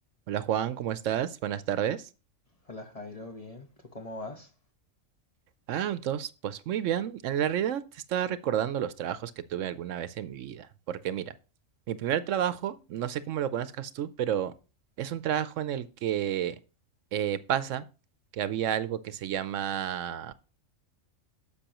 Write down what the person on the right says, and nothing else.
Hola Juan, ¿cómo estás? Buenas tardes.
Ah, entonces, pues muy bien. En la realidad te estaba recordando los trabajos que tuve alguna vez en mi vida. Porque mira, mi primer trabajo, no sé cómo lo conozcas tú, pero es un trabajo en el que eh, pasa que había algo que se llama